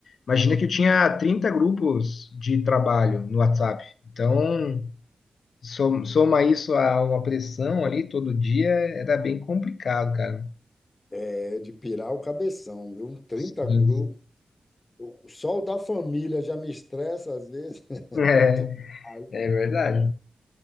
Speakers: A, on the left (about 85°); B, on the left (about 25°).
A: Imagina que eu tinha 30 grupos de trabalho no WhatsApp. Então, som- soma isso a uma pressão ali todo dia, era bem complicado, cara.
B: É de pirar o cabeção, viu? Um trinta
A: Sim.
B: grupos O sol da família já me estressa às vezes. <laughs>
A: É, é verdade.